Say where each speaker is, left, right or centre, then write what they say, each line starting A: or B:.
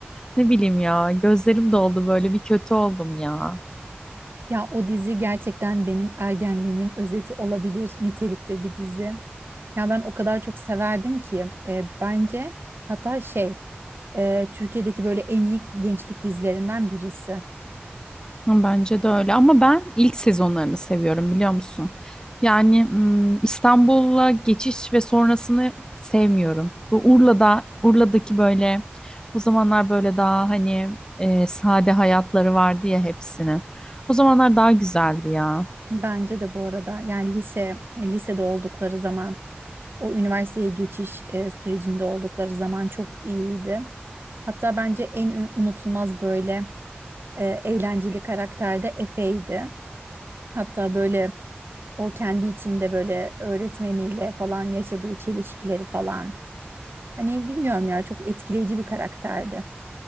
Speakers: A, on the left (about 20°); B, on the right (about 65°).
A: Ne bileyim ya, gözlerim doldu böyle bir kötü oldum ya.
B: Ya o dizi gerçekten benim ergenliğimin özeti olabilir nitelikte bir dizi. Ya ben o kadar çok severdim ki e, bence hatta şey e, Türkiye'deki böyle en iyi gençlik dizilerinden birisi.
A: Hı, Bence de öyle ama ben ilk sezonlarını seviyorum biliyor musun? Yani hmm, İstanbul'a geçiş ve sonrasını sevmiyorum. Bu Urla'da Urla'daki böyle o zamanlar böyle daha hani e, sade hayatları vardı ya hepsinin. O zamanlar daha güzeldi ya.
B: Bence de bu arada yani lise lisede oldukları zaman o üniversiteye geçiş e, sürecinde oldukları zaman çok iyiydi. Hatta bence en ü- unutulmaz böyle e, eğlenceli karakter de Efe'ydi. Hatta böyle O kendi içinde böyle öğretmeniyle falan yaşadığı çelişkileri falan. Hani bilmiyorum ya çok etkileyici bir karakterdi.